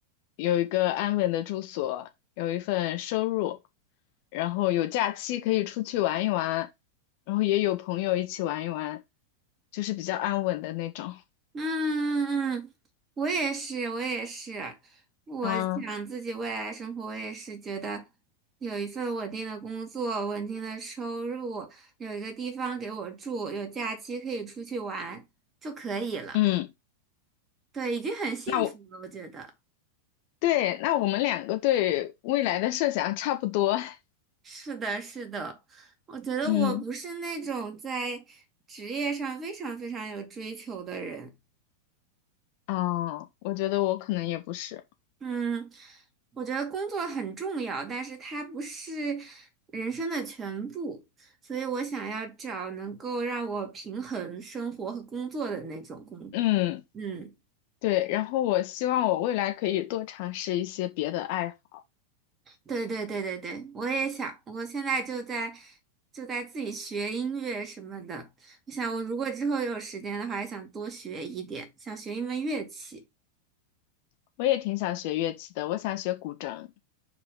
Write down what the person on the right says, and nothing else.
嗯嗯嗯，我也是，我也是，我想自己未来生活，
我也是觉得有一份稳定的工作，稳定的收入，有一个地方给我住，有假期可以出去玩就可以了。
对，已经很幸福了，
我觉得。
是的，是的，我觉得我不是那种在职业上非常非常有追求的人。
嗯，我觉得工作很重要，但是它不是人生的全部，所以我想要找能够让我平衡生活和工作的那种工。
嗯，
对对对对对，我也想，我现在就在就在自己学音乐什么的。我想，我如果之后有时间的话，也想多学一点，想学一门乐器。